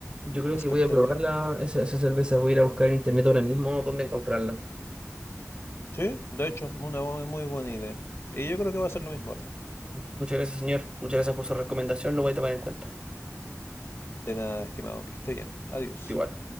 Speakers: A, on the right; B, on the left.
A: Yo creo
B: espectacular.
A: que voy a probarla, esa, esa cerveza. Voy a ir a buscar en internet ahora mismo dónde comprarla.
B: Sí, de hecho, una bu- muy buena idea. Y yo creo que va a ser lo mismo ahora mismo.
A: Muchas gracias, señor. Muchas gracias por su recomendación. Lo voy a tomar en cuenta.
B: De nada, estimado, que esté bien. Adiós.
A: Igual.